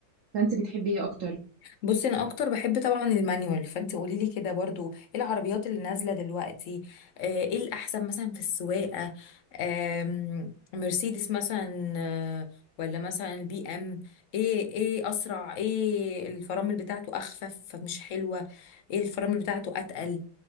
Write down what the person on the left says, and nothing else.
بصي انا اكتر بحب طبعا المانيوال فانت قولي لي كده برضو ايه العربيات اللي نازله دلوقتي آه، ايه الاحسن مثلا في السواقه آم، مرسيدس مثلا آه، ولا مثلا بي ام ايه ايه اسرع ايه الفرامل بتاعته اخفف فمش حلوه ايه الفرامل بتاعته اتقل